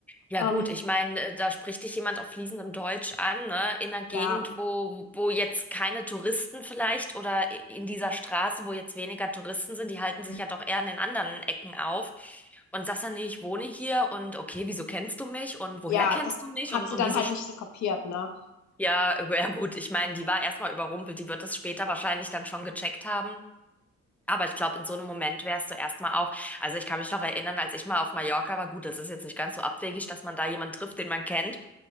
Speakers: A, in the centre; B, on the left (about 65°).
A: Ja
B: Ähm,
A: gut, ich meine, äh, da spricht dich jemand auf fließendem Deutsch an, ne? In einer
B: ja,
A: Gegend, wo, wo jetzt keine Touristen vielleicht oder i- in dieser Straße, wo jetzt weniger Touristen sind, die halten
B: mm,
A: sich ja doch eher an den anderen Ecken auf. Und sagst dann, nee, ich wohne hier und okay, wieso kennst du mich und woher
B: ja,
A: kennst
B: das
A: du mich
B: hat
A: und,
B: sie
A: und
B: dann
A: wieso,
B: halt
A: sp-
B: nicht so kapiert, ne?
A: ja, <laughs> ja gut, ich meine, die war erstmal überrumpelt, die wird das später wahrscheinlich dann schon gecheckt haben. Aber ich glaube, in so einem Moment wärst du erstmal auch, also ich kann mich noch erinnern, als ich mal auf Mallorca war, gut, das ist jetzt nicht ganz so abwegig, dass man da jemanden trifft, den man kennt,